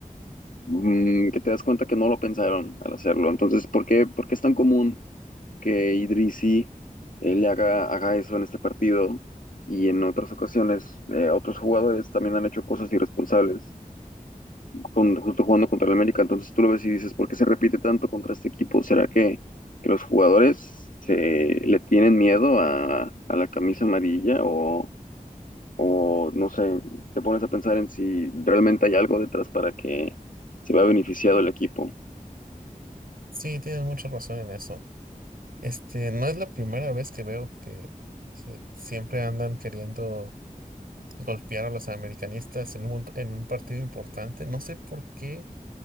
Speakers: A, on the left; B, on the right.
A: mm, que te das cuenta que no lo pensaron al hacerlo. Entonces, ¿por qué, por qué es tan común que Idrisi eh, le haga, haga eso en este partido? Y en otras ocasiones, eh, otros jugadores también han hecho cosas irresponsables. con, justo jugando contra el América, entonces tú lo ves y dices, ¿por qué se repite tanto contra este equipo? ¿Será que, que los jugadores se, le tienen miedo a, a la camisa amarilla o, o no sé, te pones a pensar en si realmente hay algo detrás para que se vea beneficiado el equipo?
B: Sí, tienes mucha razón en eso. Este, no es la primera vez que veo que, que siempre andan queriendo golpear a los americanistas en un, en un partido importante. No sé por qué